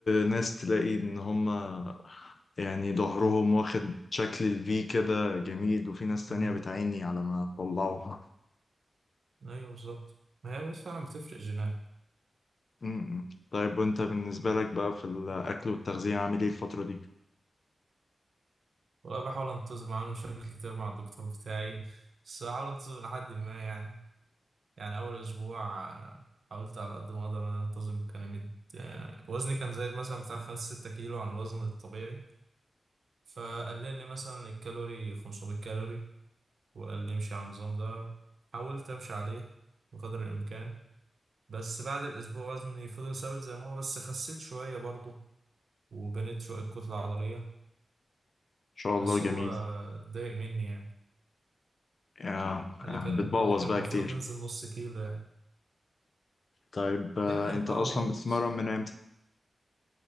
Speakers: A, on the left (about 60°); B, on the right (about 75°).
A: ناس تلاقي إن هم يعني ظهرهم واخد شكل الفي كده جميل وفي ناس تانية
B: مم.
A: بتعيني على ما تطلعوها
B: ايوه بالظبط ما هي بس فعلا بتفرق جينات
A: م-م. طيب وانت بالنسبة لك بقى في الأكل والتغذية عامل ايه الفترة دي؟ إن
B: والله بحاول انتظم عامل مشاكل كتير مع الدكتور بتاعي بس بحاول انتظم لحد ما يعني يعني أول أسبوع آه، حاولت على قد ما أقدر إن أنا أنتظم كان مد... آه، وزني كان زايد مثلا بتاع خمسة ستة كيلو عن الوزن الطبيعي فقلل لي مثلا الكالوري 500 كالوري وقال لي امشي على النظام ده حاولت أمشي عليه بقدر الإمكان بس بعد الأسبوع وزني فضل ثابت زي ما هو بس خسيت شوية برضه وبنيت شوية كتلة عضلية
A: شاء الله
B: بس
A: جميل
B: هو ضايق مني يعني
A: آه،
B: قال
A: آه،
B: لي كان
A: بتبوظ
B: قال لي كان
A: بقى
B: المفروض
A: كتير
B: ننزل نص كيلو يعني
A: طيب آه،
B: يعني
A: انت
B: بابا
A: أصلا
B: بابا
A: بتتمرن من امتى؟